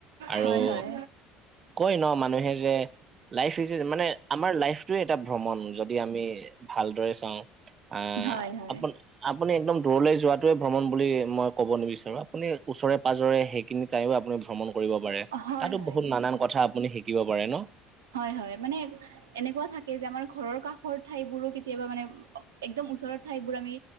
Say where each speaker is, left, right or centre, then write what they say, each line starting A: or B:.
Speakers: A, on the right; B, on the right.
A: আৰু
B: হয় - হয়।
A: কয় ন' মানুহে যে লাইফ ইজ এ- মানে আমাৰ লাইফটোৱে এটা ভ্ৰমণ, যদি আমি ভালদৰে চাওঁ। আ-
B: হয় হয়।
A: আপুন আপুনি একদম দূৰলৈ যোৱাটোৱে ভ্ৰমণ বুলি মই কব নিবিচাৰোঁ। আপুনি ওচৰে-পাজৰে সে খিনি টাইমো আপুনি ভ্ৰমণ কৰিব পাৰে।
B: হয়
A: তাতো
B: হয়
A: বহুত
B: নিশ্চয়।
A: নানান কথা আপুনি শিকিব পাৰে ন'?
B: হয় - হয়, মানে এনেকুৱা থাকে যে, আমাৰ ঘৰৰ কাষৰ ঠাইবোৰো কেতিয়াবা মানে একদম ওচৰৰ ঠাইবোৰ আমি